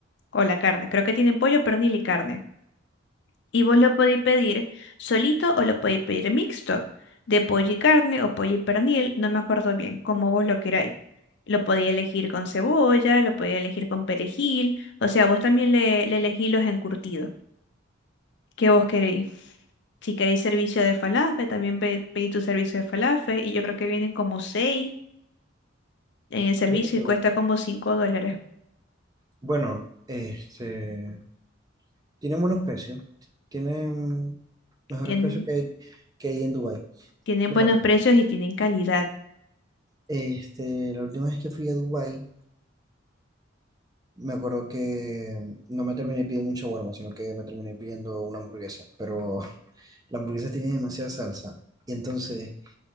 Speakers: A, on the left; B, on the right.
A: o la carne. Creo que tienen pollo, pernil y carne. Y vos lo podéis pedir solito o lo podéis pedir mixto, de pollo y carne o pollo y pernil, no me acuerdo bien, como vos lo queráis. Lo podéis elegir con cebolla, lo podéis elegir con perejil, o sea, vos también le, le elegís los encurtidos que vos queréis. Si queréis servicio de falafel, también pe- pedí tu servicio de falafel y yo creo que vienen como seis en el servicio
B: Ahí lo tenés.
A: y cuesta como cinco dólares.
B: Bueno, este, Tienen buenos precios. Tienen mejores
A: Tienen,
B: precios que hay, que hay en Dubái.
A: tienen
B: Bueno,
A: buenos precios y tienen calidad.
B: este, la última vez que fui a Dubái, me acuerdo que no me terminé pidiendo un shawarma, sino que me terminé pidiendo una hamburguesa. Pero <laughs> la hamburguesa tenía demasiada salsa. Y entonces